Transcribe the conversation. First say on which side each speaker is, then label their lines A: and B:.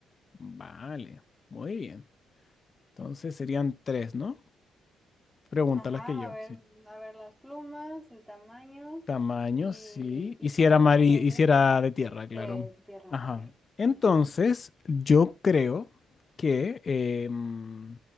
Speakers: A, on the left; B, in the centre.
A: Vale. Muy bien. Entonces serían tres, ¿no? Pregunta
B: Ajá,
A: las que yo,
B: a ver,
A: sí.
B: a ver las plumas, el tamaño
A: Tamaño,
B: y,
A: sí.
B: ¿y
A: Y si
B: qué otra
A: era mari
B: cosa preguntas?
A: y si era de tierra,
B: De
A: claro.
B: tu tierra,
A: Ajá.
B: ok. <laughs>
A: Entonces,
B: Ujú.
A: yo creo que... eh, mm,